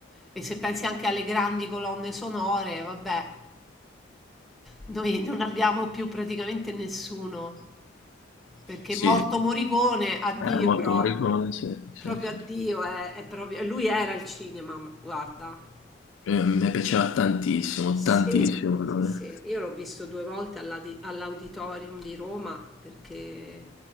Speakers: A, in the centre; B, on the left (about 75°).
A: E se pensi anche alle grandi colonne sonore, vabbè, noi non abbiamo più praticamente nessuno, perché
B: Sì.
A: morto Morricone, addio
B: Era molto
A: proprio,
B: Morricone, sì, sì,
A: proprio
B: sì.
A: addio, è, è proprio, lui era il cinema, ma guarda.
B: Eh, mi piaceva tantissimo,
A: Sì,
B: tantissimo. allora.
A: sì, sì, io l'ho visto due volte all'adi- all'auditorium di Roma perché